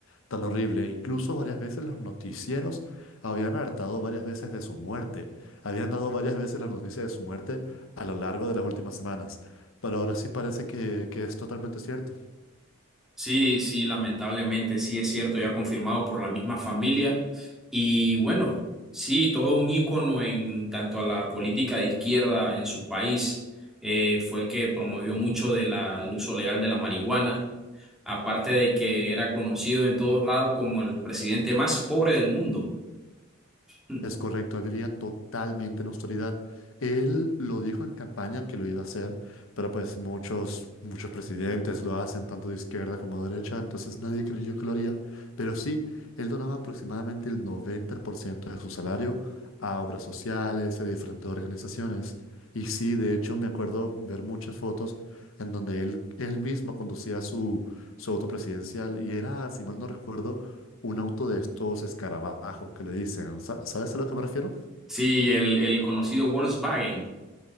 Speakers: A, on the left; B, in the centre.
A: tan horrible. Incluso varias veces los noticieros habían hartado varias veces de su muerte. Habían dado varias veces la noticia de su muerte a lo largo de las últimas semanas. Pero ahora sí parece que, que es totalmente cierto.
B: Sí, sí, lamentablemente sí es cierto, ya confirmado por la misma familia. Y bueno, sí, todo un ícono en tanto a la política de izquierda en su país. Eh, fue el que promovió mucho de la, el uso legal de la marihuana, aparte de que era conocido en todos lados como el presidente más pobre del mundo. <laughs>
A: Es correcto, él vivía totalmente en austeridad. Él lo dijo en campaña que lo iba a hacer, pero pues muchos, muchos presidentes lo hacen, tanto de izquierda como de derecha, entonces nadie creyó que lo haría. Pero sí, él donaba aproximadamente el 90% de su salario a obras sociales y a diferentes organizaciones. Y sí, de hecho, me acuerdo ver muchas fotos en donde él, él mismo conducía su, su auto presidencial y era, si mal no recuerdo, un auto de estos escarabajos que le dicen. ¿Sa- ¿Sabes a lo que me refiero?
B: Sí, el, el conocido Volkswagen.